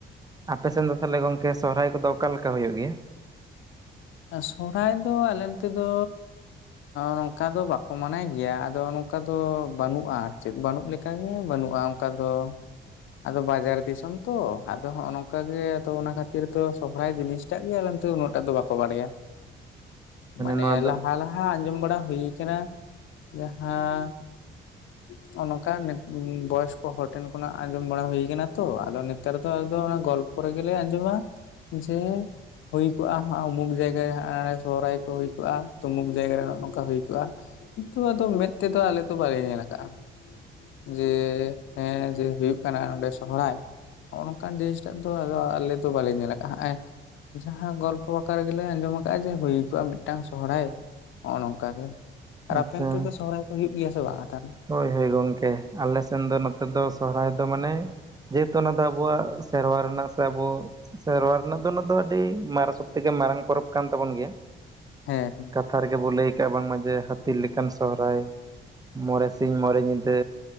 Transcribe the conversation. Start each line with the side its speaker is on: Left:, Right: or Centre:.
Right: ᱟᱯᱮᱥᱮᱫ ᱫᱚ ᱛᱟᱦᱚᱞᱮ ᱜᱚᱝᱠᱮ ᱥᱚᱦᱦᱟᱭ ᱠᱚᱫᱚ ᱚᱠᱟᱞᱮ ᱞᱮᱠᱟ ᱦᱩᱭᱩᱜ ᱜᱮᱭᱟ?
Left: ᱟᱨ ᱥᱚᱨᱦᱟᱭ ᱫᱚ ᱟᱞᱮ ᱛᱮᱫᱚ ᱱᱚᱝᱠᱟ ᱫᱚ ᱵᱟᱠᱚ ᱢᱟᱱᱟᱭ ᱜᱮᱭᱟ ᱟᱫᱚ ᱱᱚᱝᱠᱟ ᱫᱚ ᱵᱟᱹᱱᱩᱜᱼᱟ ᱟᱨ ᱪᱮᱫ ᱵᱟᱹᱱᱩᱜ ᱞᱮᱠᱟ ᱚᱱᱠᱟᱜ ᱜᱮ ᱵᱟᱹᱱᱩᱜᱼᱟ ᱚᱱᱠᱟ ᱫᱚ ᱟᱫᱚ ᱵᱟᱡᱟᱨ ᱫᱤᱥᱚᱢ ᱛᱚ ᱟᱫᱚ ᱦᱚᱸᱜᱚ ᱱᱚᱝᱠᱟᱟᱜᱮ ᱟᱫᱚ ᱚᱱᱟ ᱠᱷᱟᱛᱤᱨ ᱛᱚ ᱥᱚᱦᱨᱟᱭ ᱡᱤᱱᱤᱥ ᱮᱴᱟᱜ ᱜᱮ ᱟᱞᱛᱮ ᱩᱱᱟᱹᱜᱴᱟᱜ ᱫᱚ ᱵᱟᱠᱚ ᱵᱟᱲᱟᱭᱟ ᱢᱟᱱᱮ
Right: ᱱᱚᱣᱟ ᱫᱚ
Left: ᱞᱟᱦᱟ ᱞᱟᱦᱟ ᱡᱟᱦᱟᱸ ᱟᱸᱡᱚᱢ ᱵᱟᱲᱟ ᱦᱩᱭ ᱟᱠᱟᱱᱟ ᱡᱟᱦᱟᱸ ᱜ ᱱᱚᱝᱠᱟ ᱵᱚᱭᱚᱥ ᱠᱚ ᱦᱚᱲ ᱴᱷᱮᱱ ᱠᱷᱚᱱᱟᱜ ᱟᱸᱡᱚᱢ ᱵᱟᱲᱟ ᱦᱩᱭ ᱟᱠᱟᱱᱟ ᱛᱚ ᱟᱫᱚ ᱱᱮᱛᱟᱨ ᱫᱚ ᱟᱫᱚ ᱚᱱᱟ ᱜᱚᱞᱯᱚ ᱯᱚᱨᱮ ᱜᱮᱞᱮ ᱟᱸᱡᱚᱢᱟ ᱡᱮ ᱦᱩᱭ ᱠᱚᱜᱼᱟ ᱩᱢᱩᱠ ᱡᱟᱭᱜᱟ ᱨᱮ ᱥᱚᱦᱟᱭ ᱠᱚ ᱦᱩᱭ ᱠᱚᱜᱼᱟ ᱩᱢᱩᱠ ᱡᱟᱭᱜᱟᱮ ᱱᱚᱜᱼ ᱱᱚᱝᱠᱟ ᱦᱩᱭ ᱠᱚᱜᱼᱟ ᱠᱤᱱᱛᱩ ᱟᱫᱚ ᱢᱮᱫ ᱛᱮᱫᱚ ᱟᱞᱮ ᱫᱚ ᱵᱟᱞᱮ ᱧᱮᱞ ᱟᱠᱟᱟᱜᱼᱟ ᱡᱮ ᱦᱮᱸ ᱡᱮ ᱦᱳᱜ ᱠᱟᱱᱟ ᱱᱚᱸᱰᱮ ᱥᱚᱨᱦᱟᱭ ᱜᱚ ᱱᱚᱝᱠᱟᱱ ᱡᱤᱱᱤᱥᱴᱟᱜ ᱫᱚ ᱟᱞᱮ ᱫᱚ ᱵᱟᱞᱮ ᱧᱮᱞ ᱠᱟᱜᱼᱟ ᱦᱮ ᱡᱟᱦᱟᱸ ᱜᱚᱞᱚ ᱟᱛᱚ ᱟᱠᱠᱟ ᱨᱮᱜᱮᱞᱮ ᱟᱸᱡᱚᱢ ᱟᱠᱟᱟᱜᱼᱟ ᱡᱮ ᱦᱩᱭ ᱠᱚᱜᱼᱟ ᱢᱤᱫᱴᱟᱝ ᱥᱚᱦᱦᱟᱭ ᱱᱚᱜᱼᱚ ᱱᱚᱝᱠᱟ ᱜᱮ ᱟᱨ
Right: ᱟᱪᱪᱷᱟ
Left: ᱦᱟᱯᱮᱱ ᱛᱮᱫᱚ ᱥᱚᱦᱦᱟᱭ ᱠᱚ ᱦᱩᱭᱩᱜ ᱜᱮᱭᱟ ᱥᱮ ᱵᱟᱝᱟ ᱠᱟᱨ
Right: ᱦᱳᱭ ᱦᱳᱭ ᱜᱚᱢᱠᱮ ᱟᱞᱮ ᱥᱮᱱ ᱫᱚ ᱱᱚᱛᱮ ᱫᱚ ᱥᱚᱦᱦᱟᱭ ᱫᱚ ᱢᱟᱱᱮ ᱡᱮᱦᱮᱛᱩ ᱚᱱᱟ ᱫᱚ ᱟᱵᱚᱣᱟᱜ ᱥᱮᱨᱣᱟ ᱨᱮᱱᱟᱜ ᱥᱮ ᱟᱵᱚ ᱥᱮᱨᱣᱟ ᱨᱮᱱᱟᱜ ᱫᱚ ᱱᱚᱣᱟ ᱫᱚ ᱟᱹᱰᱤ ᱢᱟᱨᱟᱝ ᱥᱚᱵ ᱛᱷᱮᱠᱮ ᱢᱟᱨᱟᱝ ᱯᱚᱨᱚᱵᱽ ᱠᱟᱱ ᱛᱟᱵᱚᱱ ᱜᱮᱭᱟ
Left: ᱦᱮᱸ
Right: ᱠᱟᱛᱷᱟ ᱨᱮᱜᱮ ᱵᱚ ᱞᱟᱹᱭ ᱠᱟᱜᱼᱟ ᱵᱟᱝᱢᱟ ᱡᱮ ᱦᱟᱹᱛᱤ ᱞᱮᱠᱟᱱ ᱥᱚᱦᱨᱟᱭ ᱢᱚᱬᱮ ᱥᱤᱧ ᱢᱚᱬᱮ ᱧᱤᱫᱟᱹ